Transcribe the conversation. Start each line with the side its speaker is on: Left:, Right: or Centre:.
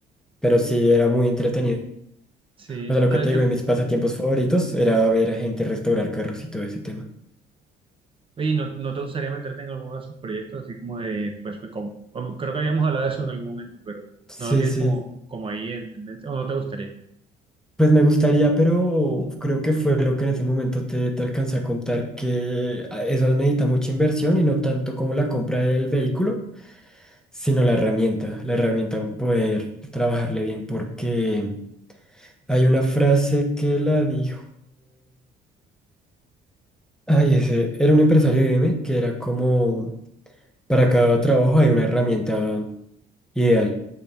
Centre: Pero sí, era muy entretenido.
Right: Sí,
Centre: O sea, lo
Right: no,
Centre: que
Right: de
Centre: te
Right: hecho,
Centre: digo, de mis pasatiempos favoritos era ver a gente restaurar carros y todo ese tema.
Right: oye, ¿no, no te gustaría meterte en alguno de esos proyectos así como de, pues, me com- como- creo que habíamos hablado de eso en algún momento, pero
Centre: Sí,
Right: no lo tienes
Centre: sí.
Right: como, como ahí en, en mente, o no te gustaría?
Centre: Pues me gustaría, pero creo que fue lo que en ese momento te, te alcancé a contar, que a- eso necesita mucha inversión y no tanto como la compra del vehículo, sino la herramienta, la herramienta para poder trabajarle bien, porque hay una frase que la dijo, ay, ese, era un empresario de I B M que era como, para cada trabajo hay una herramienta ideal.